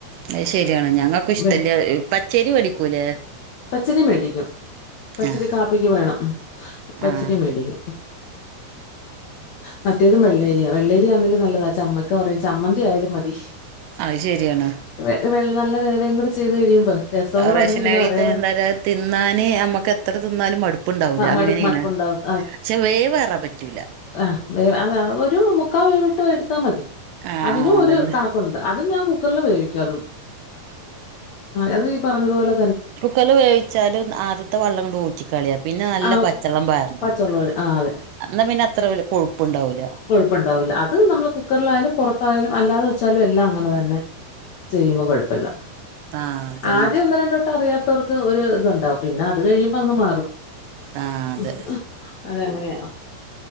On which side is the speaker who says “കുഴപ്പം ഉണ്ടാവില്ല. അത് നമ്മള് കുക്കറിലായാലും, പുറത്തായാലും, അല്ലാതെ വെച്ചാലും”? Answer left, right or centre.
Left